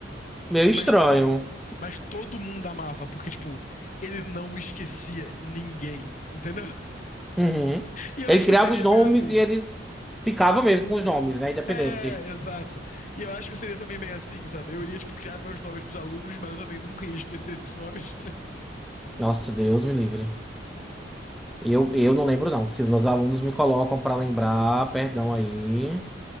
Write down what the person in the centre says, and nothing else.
Meio
estranho.
Uhum.
Ele
criava
os nomes
e eles ficavam mesmo com os nomes, né? Independente.
Nossa, Deus me livre. Eu, eu não lembro, não. Se os meus alunos me colocam para lembrar, perdão aí.